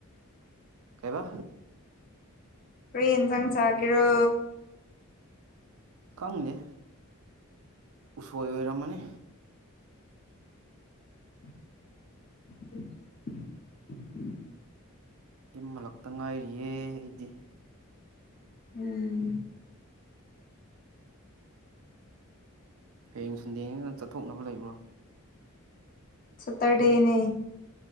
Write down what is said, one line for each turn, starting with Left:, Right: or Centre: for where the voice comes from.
Right: ꯀꯩꯕ
Left: ꯀꯔꯤꯟ ꯆꯪ ꯆꯒꯦꯔꯣ
Right: ꯈꯪꯗꯦ ꯎꯁꯣꯏ ꯑꯣꯏꯔꯝꯃꯅꯤ
Left: ꯎꯝ <inaudible>
Right: ꯏ ꯃꯜꯂꯛꯇ ꯉꯥꯏꯔꯤꯌꯦ ꯑꯩꯗꯤ
Left: ꯎꯝ
Right: ꯍꯌꯦꯡ ꯁꯟꯗꯦꯡꯅ ꯆꯠꯊꯣꯛꯅꯕ ꯂꯩꯕ꯭ꯔꯣ
Left: ꯁꯠꯇꯔ ꯗꯦꯅꯦ